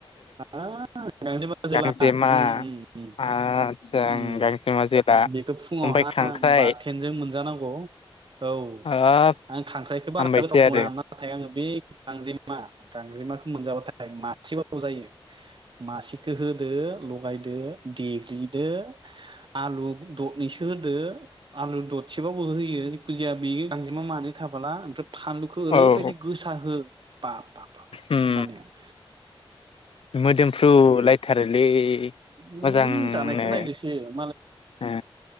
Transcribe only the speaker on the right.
हाब गांजेमा जोला
ओम ओम
ओम
बेखौ फुङावहाय
बाथेनजों मोनजानांगौ औ
आं खांख्राइखौ बारा
गोथाव
मोना नाथाय आङो बे गांजेमा गांजेमाखौ मोनजाबाथाय मासेबाबो जायो मासेखौ होदो लगायदो देग्लिदो आलु दरनैसो होदो आलु दरसेबाबो होयो जिखुजाया बे गांजेमा मानै थाबोला ओमफ्राय फानलुखौ ओरैबायदि
गोसा हो बाब बाब बाब होमबानिया
<inaudible>
उम
जानायखौ नायदोसो